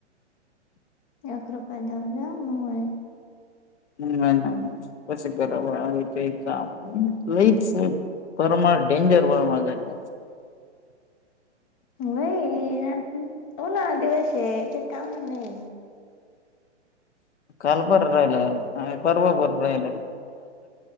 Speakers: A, on the left; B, on the left.
A: एकख रुपय दऊ जा मगय
B: नाही नाही प गरा काही काम लईच परमाळ डेंजर वरमाळ झा
A: वई आ होना दिवस ते काम नाही
B: कालपड राहिल अ परर्वाप राहिल